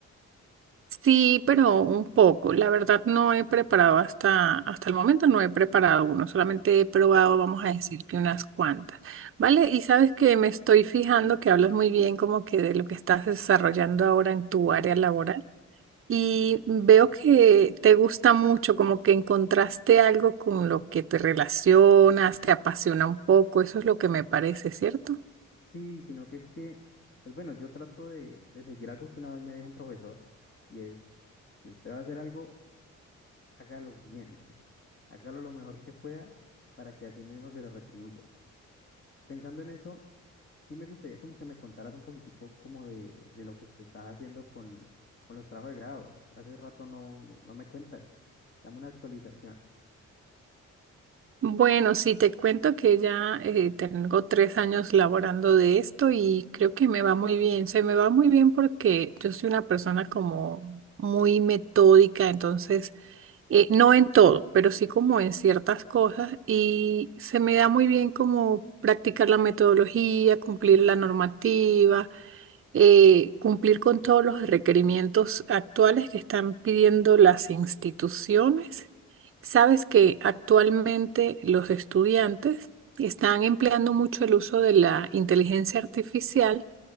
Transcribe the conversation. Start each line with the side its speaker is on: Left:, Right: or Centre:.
Right: Sí, pero un poco. La verdad, no he preparado hasta, hasta el momento, no he preparado uno. Solamente he probado, vamos a decir que unas cuantas. ¿Vale? Y sabes que me estoy fijando que hablas muy bien como que de lo que estás desarrollando ahora en tu
Left: Ujú,
Right: área
Left: ujú.
Right: laboral. Y veo que te gusta mucho, como que encontraste algo con lo que te relacionas, te apasiona un poco, eso es lo que me parece, ¿cierto?
Left: Sí, sino que es que, pues bueno, yo trato de, de seguir algo que una vez me dijo un profesor y es, si usted va a hacer algo, hágalo bien, <laughs> hágalo lo mejor que pueda para que así mismo se le retribuya. Pensando en eso, sí me gustaría como que me contaras un poquitico como de, de- de lo que te estás haciendo con, con los trabajos de grado. Hace rato no, no, no me cuentas. Dame una actualización.
Right: Bueno, sí, te cuento que ya eh, tengo tres años laborando de esto y creo que me va muy bien. Se me va muy bien porque yo soy una persona como muy metódica, entonces, eh, no en todo, pero sí como en ciertas cosas y se me da muy bien como practicar la metodología, cumplir la normativa. eh, cumplir con todos los requerimientos actuales que están pidiendo las instituciones. Sabes que actualmente los estudiantes están empleando mucho el uso de la inteligencia artificial